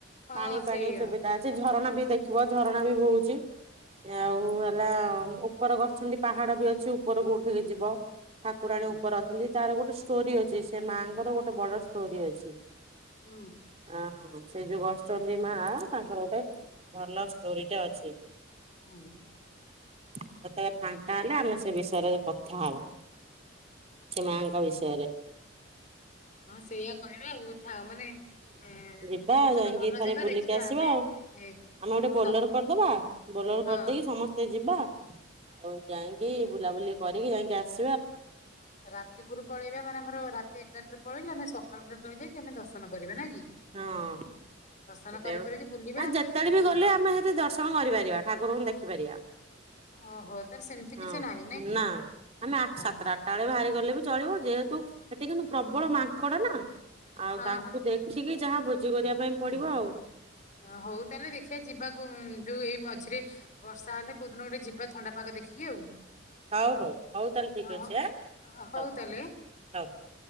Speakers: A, on the left (about 40°); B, on the right (about 30°).
A: ହଁ
B: ପାଣି ପାଣି
A: ସେଇଆ
B: ସୁବିଧା ଅଛି ଝରଣା ବି ଦେଖିବ। ଝରଣା ବି ବହୁଚି। ଆଉ ହେଲା ଉପର କରଛନ୍ତି ପାହାଡ ବି ଅଛି ଉପରକୁ ଉଠିକି ଯିବ। ଠାକୁରାଣୀ
A: ହୁଁ
B: ଉପରେ ଅଛନ୍ତି। ତାର ଗୋଟେ ଷ୍ଟୋରି ଅଛି ସେ ମାଆଙ୍କର ଗୋଟେ ବଡ ଷ୍ଟୋରି ଅଛି।
A: ହୁଁ।
B: ହଁ ସେ ଯୋଉ ବଛନ୍ତି ମା ତାଙ୍କର ଗୋଟେ ଭଲ ଷ୍ଟୋରି ଟା ଅଛି।
A: ହଁ।
B: କେତେବେଳେ ଫାଙ୍କା ହେଲେ ଆମେ ସେ ବିଷୟରେ କଥା ହବା। ସେ ମାଙ୍କ
A: ହୁଁ।
B: ବିଷୟରେ
A: ହଁ ସେଇଆ କରିବା ଆଉ ଥା ମାନେ ଏ
B: ଯିବାଆଉ
A: କହୁଛ
B: ଯାଇକି
A: ତ ଭଲ
B: ଥରେ
A: ଜାଗା
B: ବୁଲିକି
A: ଦେଖିବା
B: ଆସିବା
A: ଆମେ
B: ଆଉ
A: ଏ
B: ଆମେ ଗୋଟେ ବୋଲର
A: ସବୁ
B: କରିଦବା ବୋଲର
A: ହଁ
B: କରିଦେଇକି ସମସ୍ତେ ଯିବ୍ ବା ଆଉ ଯାଇକି ବୁଲାବୁଲି କରିକି ଯାଇକି ଗ୍ୟାସ୍
A: ରାତିକରୁ ପଳେଇବେ ମାନେ ଆମର ରାତି ଏ ଏଗାରଟରେ ପଳେଇଲେ ଆମେ ସକାଳୁ ସକାଳୁ ଯାଇକି ଆମେ ଦର୍ଶନ କରିବା ନା କି
B: ହଁ ନା
A: ଦର୍ଶନ କରି କୁରାକି ବୁଲିବା
B: ଯେତେବେଳେ ବି
A: ଏଇ
B: ଗଲେ ଆମେ ସେଠି ଦର୍ଶନ କରିପାରିବା ଠାକୁରଙ୍କୁ ଦେଖିପାରିବା।
A: ଓହୋ। ତାର ସେମିତି
B: ହଁ
A: କିଛି ନାହିଁ କି
B: ନା ଆମେ ଆଠ
A: ଓହୋ।
B: ସାତଟା ଆଠଟା ବେଳେ ବାହାରି ଗଲେ ବି ଚଳିବ ଯେହେତୁ ସେଟା କିନ୍ତୁ ପ୍ରବଳ ମାଙ୍କଡ ନା ଆଉ
A: ହଁ
B: ତାଙ୍କୁ ଦେଖିକି ଯାହା କରିବା ପାଇଁ ପଡିବ
A: ହଁ
B: ଆଉ
A: ହଁ ହଉ ତାହେଲେ ଦେଖିବା ଯିବାକୁ ଯୋଉ ଏଇ ମଝିରେ ବର୍ଷା ହେଲେ କୋଉଦିନ ଗୋଟେ ଯିବା ଥଣ୍ଡାପାଗ ଦେଖିକି ଆଉ।
B: ହଉ ହଉ ହଉ ତାହେଲେ ଠିକ
A: ଅ
B: ଅଛି ଆଁ
A: ହଉ
B: ହଉ
A: ତାହେଲେ
B: ହଉ।